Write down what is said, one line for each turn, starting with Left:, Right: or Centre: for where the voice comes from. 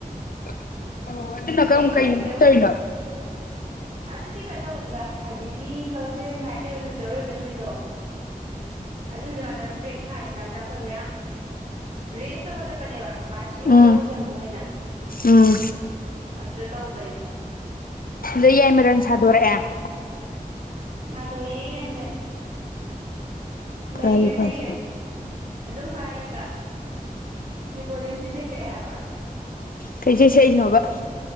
Left: <inaudible> ꯑꯣ ꯑꯗꯨꯅꯀ
Right: ꯍꯩꯕꯣꯏ
Left: ꯀꯩ
Right: ꯍꯩꯇꯕꯣꯏ
Left: ꯑꯣꯏꯗꯤ ꯇꯧꯋꯤꯅꯣ
Right: ꯑꯗꯨꯗꯤ ꯀꯩꯅꯣ ꯇꯧꯕꯅꯤꯗ ꯍꯧꯖꯤꯛꯀꯤ ꯀꯜꯆꯔꯦꯜ ꯅꯥꯏꯠ ꯂꯩꯕ ꯅꯨꯃꯤꯠꯇꯣ ꯑꯔꯣꯏꯕ ꯅꯨꯃꯤꯠꯇꯣ ꯑꯗꯨꯏꯗ ꯉꯥꯛꯇꯪ ꯕ꯭ꯔꯦꯛ ꯊꯥꯔꯤꯀꯥꯟꯗ ꯑꯩꯈꯣꯏ ꯃꯌꯥꯝ ꯔꯦꯁ ꯇꯕ ꯆꯠꯄꯅꯦꯕ ꯃꯥꯔꯁꯤ ꯍꯣꯏ
Left: ꯎꯝ
Right: ꯖꯒꯣꯏ ꯇꯝꯕ ꯑꯣꯏꯅ
Left: ꯎꯝ
Right: ꯑꯗꯨ꯭ꯔ ꯇꯧꯕꯅꯤꯅ
Left: ꯗ ꯌꯥꯏꯃꯔꯟ ꯁꯥꯗꯣꯔꯛꯑꯦ
Right: ꯁꯥꯗꯔ ꯌꯥꯏ ꯃꯔ ꯅꯩꯈ꯭ꯔꯦ
Left: ꯐꯔꯦ ꯐꯔꯦ
Right: ꯅꯩꯈ꯭ꯔꯦ ꯑꯗꯨ ꯍꯥꯏꯔꯒ ꯅꯦꯄꯣꯂꯤꯌꯥꯂꯤꯌꯥꯟꯁꯤ ꯁꯦꯛꯁ ꯌꯥꯕ
Left: ꯀꯩꯀꯩ ꯁꯦꯏꯅꯣꯕ